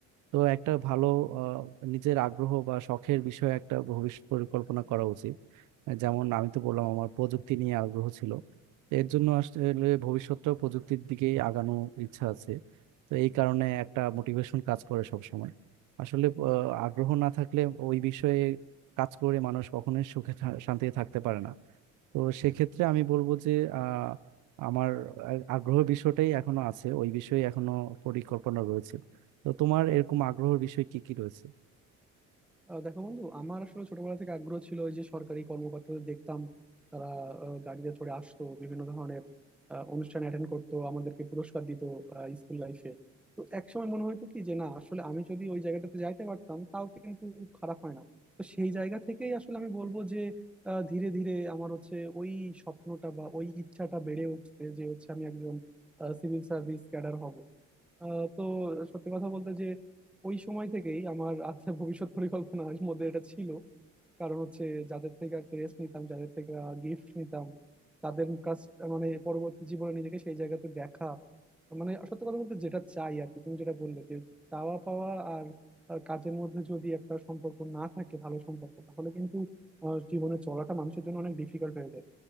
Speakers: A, on the right; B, in the centre.
A: তো একটা ভালো আহ, নিজের আগ্রহ বা শখের বিষয়ে একটা ভবিষ্যৎ পরিকল্পনা করা উচিত যেমন আমি তো বললাম আমার প্রযুক্তি নিয়ে আগ্রহ ছিল তো এর জন্য আসলে ভবিষ্যৎটাও প্রযুক্তির দিকেই আগানো ইচ্ছা আছে তো এই কারণে একটা মোটিভেশন কাজ করে সব সময় আসলে আহ, আগ্রহ না থাকলে ওই বিষয়ে কাজ করে মানুষ কখনোই সুখে থা- শান্তিতে থাকতে পারে না তো সেক্ষেত্রে আমি বলবো যে আহ, আমার আ- আগ্রহ বিষয়টাই এখনো আছে ওই বিষয়ে এখনো পরিকল্পনা রয়েছে তো তোমার এরকম আগ্রহের বিষয় কি কি রয়েছে
B: আহ দেখো বন্ধু আমার আসলে ছোটবেলা থেকে আগ্রহ ছিল ওই যে সরকারি কর্মকর্তাদের দেখতাম তারা আহ, গাড়িতে চড়ে আসতো বিভিন্ন ধরনের আহ, অনুষ্ঠান অ্যাটেন্ড করতো আমাদেরকে পুরস্কার দিত স্কুল লাইফে তো একসময় মনে হতো কি যে না আসলে আমি যদি ওই জায়গাটাতে যাইতে পারতাম তাও কিন্তু খারাপ হয় না তো সেই জায়গা থেকেই আসলে আমি বলবো যে আহ, ধীরে ধীরে আমার হচ্ছে ওই স্বপ্নটা বা ওই ইচ্ছাটা বেড়ে উঠছে যে হচ্ছে আমি একজন সিভিল সার্ভিস ক্যাডার হব আহ, তো সত্যি কথা বলতে যে ওই সময় থেকেই আমার আছে ভবিষ্যৎ পরিকল্পনার মধ্যে এটা ছিল কারণ হচ্ছে যাদের থেকে ক্রেজ নিতাম যাদের থেকে গিফট নিতাম তাদের কাছ মানে পরবর্তী জীবনে নিজেকে সেই জায়গাতে দেখা মানে সত্যি কথা বলতে যেটা চাই আর কি তুমি যেটা বললে যে চাওয়া পাওয়া আর আহ, কাজের মধ্যে যদি একটা সম্পর্ক না থাকে ভালো সম্পর্ক তাহলে কিন্তু আহ, জীবনে চলাটা মানুষের জন্য অনেক ডিফিকাল্ট হয়ে যায়